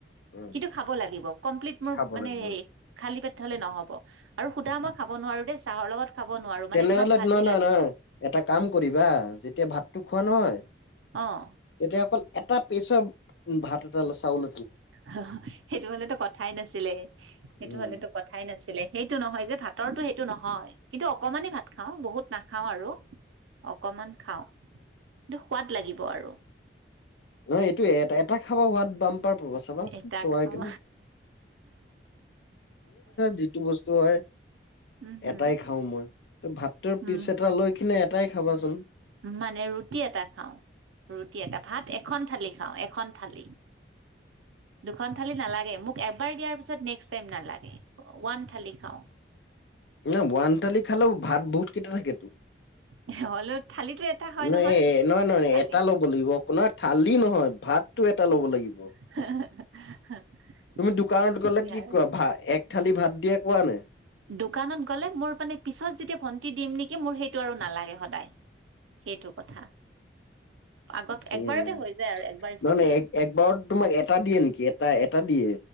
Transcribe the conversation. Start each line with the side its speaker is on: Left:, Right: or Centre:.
Left: উম
Right: কিন্তু খাব লাগিব, কমপ্লিট মোৰ
Left: খাব
Right: মানে
Left: লাগিব
Right: এই
Left: উম
Right: খালী পেট হলে নহ'ব। আৰু শুদা মই খাব নোৱাৰো দেই চাহৰ লগত খাব নোৱাৰো। মানে
Left: তেনেহ'লে
Right: তোমাক ভাজি
Left: নহয় নহয়
Right: লাগিব
Left: নহয়। এটা কাম কৰিবা যেতিয়া ভাতটো খোৱা নহয়
Right: অঁ
Left: তেতিয়া অক'ল এটা পেচৰ উম ভাত এটা চাউল
Right: সহ, সেইটো হ'লেত' কথাই নাছি, লে সেইটো
Left: উম
Right: হ'লেত' কথা কথাই নাছিলে। সেইটো নহয় যে ভাতৰটো সেইটো নহয় কিন্তু অকমানেই ভাত খাওঁ বহুত নাখাওঁ আৰু অকমান খাওঁ। ন্তু সোৱাদ লাগিব আৰু।
Left: নহয়, এইটো এট এটাই খাব হোৱাত বাম্পাৰ পাব। চাবা
Right: এটাক
Left: চোৱাই
Right: খাও।
Left: পিনে যিটো বস্তু হয়।
Right: উম হম
Left: এটাই খাও মই। ত, ভাতটোৰ
Right: উম
Left: পিছ এটা লৈ কিনে এটাই খাবাচোন।
Right: মানে ৰুটি এটা খাওঁ। ৰুটি এটা ভাত এখন থালি খাওঁ। এখন থালি। দুখন থালি নালাগে। মোক, এবাৰ দিয়া পিছত নেক্স টাইম নালাগে ওৱান থালি খাওঁ।
Left: না ওৱান থালি খালেও ভাত বহুত কেইটা থাকেতো।
Right: <unintelligible> থালিটো এটা হয়
Left: না নহয় নহয়
Right: থালি
Left: এটা ল'ব লাগিব। আপোনাৰ থালি নহয়। ভাত টো এটা ল'ব লাগিব।
Right: <unintelligible>
Left: তুমি দোকানত
Right: তেনেকে
Left: গ'লে কি
Right: আৰু
Left: কোৱা ভাত এক থালি ভাত দিয়ে কোৱা নে?
Right: দোকানত গ'লে মোৰ মানে পিছত যেতিয়া ভণ্টি দিম নেকি মোৰ সেইটো আৰু নালাগে সদায়। সেইটো কথা আগত
Left: উম
Right: একবাৰতে হৈ যায়, আৰু একবাৰ
Left: নহয়
Right: যি
Left: নহয়
Right: দিয়ে।
Left: এক একবাৰত তোমাক এটা দিয়ে নেকি? এটা এটা দিয়ে।